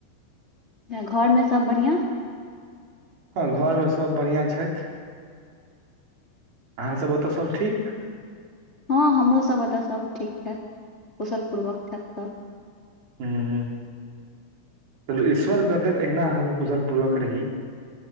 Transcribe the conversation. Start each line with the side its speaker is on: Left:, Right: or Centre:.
Left: घर मे सभ बढ़िआँ।
Right: हँ घरमे सभ बढ़िआँ छथि। अहाँसभ ओतय सभ ठीक।
Left: हँ हमरोसभ एतय सभ ठीक छथि कुशल पूर्वक छथि सभ।
Right: ह्म चलू ईश्वर करतै त अहिना अहाँके कुशल पूर्वक रही।